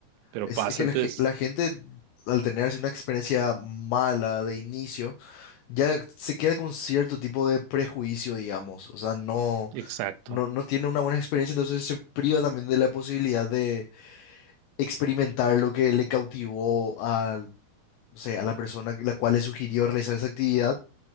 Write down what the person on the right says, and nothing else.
pero
pasa,
entonces,
exacto,